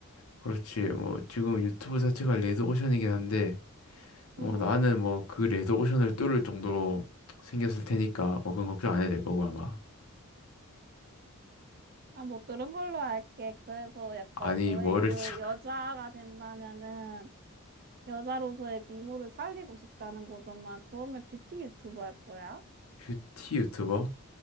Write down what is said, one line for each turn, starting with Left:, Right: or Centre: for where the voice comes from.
Left: 그렇지. 뭐 지금 유튜브 자체가 레드오션이긴 한데, 뭐
Right: 응.
Left: 나는 뭐 그 레드 오션을 뚫을 정도로 생겼을 테니까 뭐 그건 걱정 안 해도 될 거고 아마.
Right: 아, 못 들은 걸로 알게. 그래서 약간
Left: 아니
Right: 너의
Left: 뭘
Right: 그
Left: <laughs> 참-
Right: 여자가 된다면은 여자로서의 미모를 살리고 싶다는 거잖아. 그러면 뷰티 유튜버 할 거야?
Left: 뷰티 유튜버?